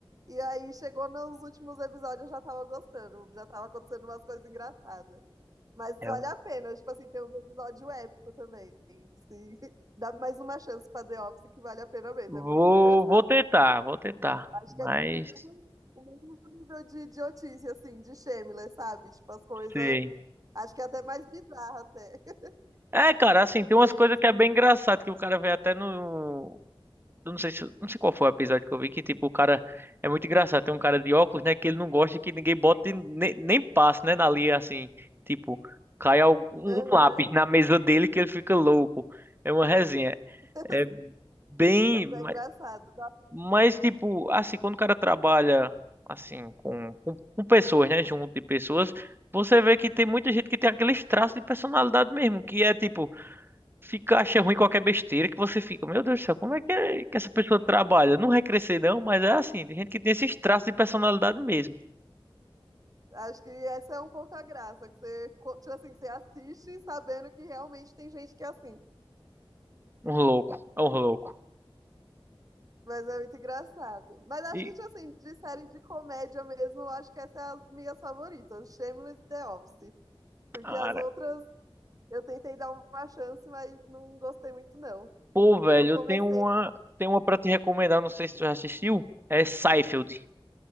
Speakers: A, on the right; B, on the right.
A: e aí chegou nos últimos episódios, eu já tava gostando, já tava acontecendo umas coisas engraçadas. Mas
B: É.
A: vale a pena, tipo assim, tem um episódio épico também. Sim. <laughs> Dá mais uma chance pra The Office que vale a pena mesmo,
B: Vou,
A: é muito engraçado.
B: vou tentar, vou tentar.
A: Acho
B: Mas
A: que é o mesmo o mesmo nível de idiotice, assim, de Shameless, sabe? Tipo, as coisas.
B: sei.
A: Acho que é até mais bizarra, até. <laughs>
B: É, cara, assim, tem umas
A: Tem
B: coisas
A: uns.
B: que
A: gra-
B: é bem engraçado, que o cara vê até no, Eu não sei se, não sei qual foi o episódio que eu vi que, tipo, o cara é muito engraçado. Tem um cara de óculos, né, que ele não gosta que ninguém bote nem, nem passe, né, ali assim, tipo, cai algum- um
A: Aham.
B: um lápis na mesa dele que ele fica louco. É uma resenha.
A: <laughs>
B: É bem,
A: Mas
B: ma-
A: é engraçado. Nossa,
B: mas tipo, assim, quando o cara trabalha assim com, com, com pessoas, né, junto de pessoas, você vê que tem muita gente que tem aqueles traços de personalidade mesmo, que é tipo fica, acha ruim qualquer besteira que você fica, meu Deus do céu, como é que, é que essa pessoa trabalha? Não vai crescer não, mas é assim, tem gente que tem esses traços de personalidade mesmo.
A: Acho que essa é um pouco a graça, que você, co- tipo assim, você assiste sabendo que realmente tem gente que é assim.
B: Um louco, é um louco.
A: Mas é muito engraçado. Mas acho
B: E,
A: que, tipo assim, de série de comédia mesmo, eu acho que essas são as minhas favoritas, Shameless e The Office. Porque
B: cara,
A: as outras eu tentei dar uma chance, mas não gostei muito, não.
B: pô, velho,
A: Eu comecei
B: eu tenho uma, tenho uma pra te recomendar, não sei se tu já assistiu, é Seinfeld,